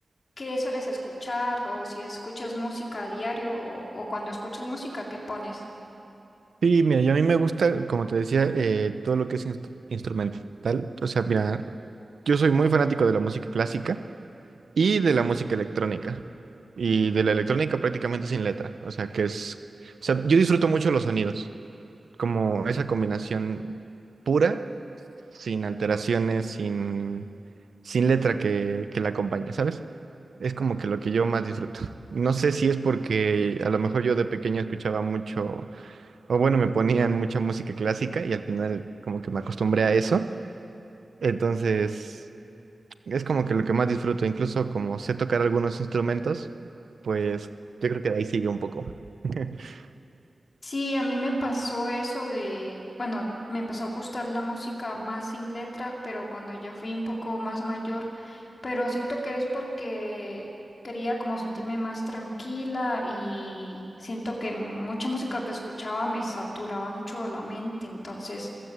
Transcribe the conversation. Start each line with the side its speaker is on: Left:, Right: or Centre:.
Left: qué sueles escuchar o si escuchas música a diario o, o cuando escuchas música, ¿qué pones?
Right: Sí, mira, yo a mí me gusta, como te decía, eh, todo lo que es instru- instrumental. O sea, mira, Yo soy muy fanático de la música clásica y de la música electrónica. Y de la electrónica prácticamente sin letra. O sea, que es... O sea, yo disfruto mucho los sonidos, como esa combinación pura, sin alteraciones, sin, sin letra que, que la acompañe, ¿sabes? Es como que lo que yo más disfruto. No sé si es porque a lo mejor yo de pequeño escuchaba mucho, o bueno, me ponían mucha música clásica y al final como que me acostumbré a eso. Entonces... Es como que lo que más disfruto, incluso como sé tocar algunos instrumentos, pues yo creo que de ahí sigue un poco. <laughs>
Left: Sí, a mí me pasó eso de, bueno, me empezó a gustar la música más sin letra, pero cuando ya fui un poco más mayor, pero siento que es porque quería como sentirme más tranquila y siento que mucha música que escuchaba me saturaba mucho la mente, entonces